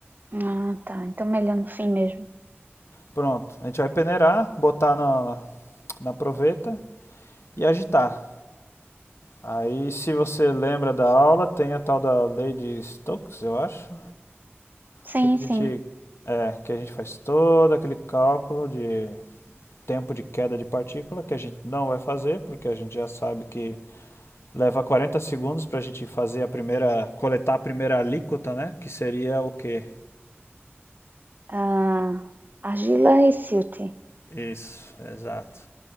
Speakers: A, on the right (about 45°); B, on the left (about 75°).
A: Ah, tá. Então melhor no fim mesmo.
B: Pronto. A gente vai peneirar, botar na, na proveta e agitar. Aí, se você lembra da aula, tem a tal da lei de Stokes, eu acho,
A: Sim,
B: Que a gente,
A: sim.
B: é, que a gente faz todo aquele cálculo de tempo de queda de partícula, que a gente não vai fazer, porque a gente já sabe que leva 40 segundos para a gente fazer a primeira, coletar a primeira alíquota, né? Que seria o quê?
A: Ah, argila e silt.
B: Isso, exato.